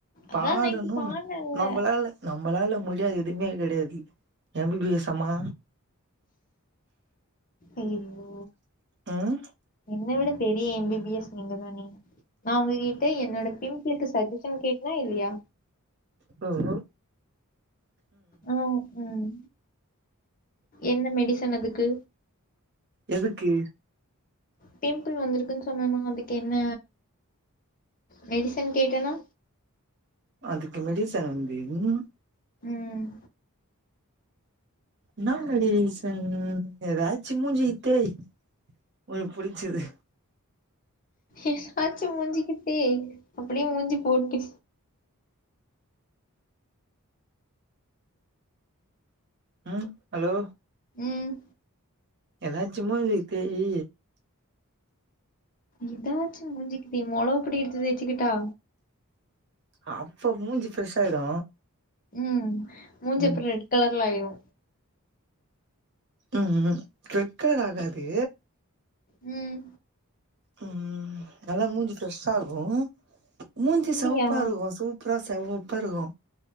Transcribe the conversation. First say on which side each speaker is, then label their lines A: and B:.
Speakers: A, on the right (about 50°); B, on the left (about 40°).
A: பாடனும்
B: அதா நைட்டு பாடுனேன்ல
A: நம்பளால நம்பளால முடியாதது எதுவுமே கெடையாது எம்பிபிஎஸ் அம்மா
B: அய்யோ
A: ம்
B: என்ன விடு பெரிய எம்பிபிஎஸ் நீங்க தானே நா உங்க கிட்ட என்னோட பிம்பிளுக்கு சஜ்ஜஷன் கேட்னா இல்லையா
A: ம் ம்
B: ம் ம் என்ன மெடிசன் அதுக்கு
A: எதுக்கு
B: பிம்பிள் வந்திருக்குன்னு சொன்னனா அதுக்கு என்ன மெடிசின் கேட்டேனா
A: அதுக்கு மெடிசன் வந்து ம்
B: ம்
A: என்ன மெடிசன் ஏதாச்சு மூஞ்சிக்கி தேய் ஒனக்கு புடுச்சது
B: ஏதாச்சு மூஞ்சிக்கு தேய் அப்டின் மூஞ்சி போட்டு
A: ம் ஹலோ
B: ம்
A: ஏதாச்சு மூஞ்சிக்கு தேயி
B: இதாச்சு மூஞ்சிக்கு தேய் மொளகு பொடிய எடுத்து தேச்சுக்கட்டா
A: அப்ப மூஞ்சி ஃப்ரெஷ் ஆயிடு
B: ம் மூஞ்சி
A: ம்
B: அப்றோ ரெட் கலர்ல ஆயிரு
A: ம் ம் ரெட் கலர் ஆகாது
B: ம்
A: ம் நல்லா மூஞ்சி ஃப்ரெஷ் ஆகு மூஞ்சி
B: அப்டியா
A: செவப்பா இருக்கு சூ புற செவப்ப இருக்கு